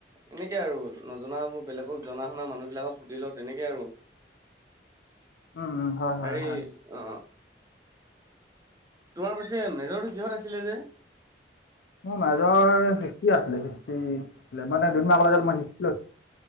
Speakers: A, on the right; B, on the left.
A: এনেকে আৰু নজনাবোৰ বেলেগক জনা শুনা মানুহ বিলাকক সুধি ল তেনেকে আৰু
B: উম হয় হয়
A: হেৰি
B: হয়
A: অ তোমাৰ পাছে মেজৰটো কিহত আছিলে যে
B: মোৰ মাজৰ সিষ্টি আছিলে হিষ্ট্ৰী মানে
A: আচ্ছা
B: ডুমডুমা কলেজ ত মই হিষ্ট্ৰী ল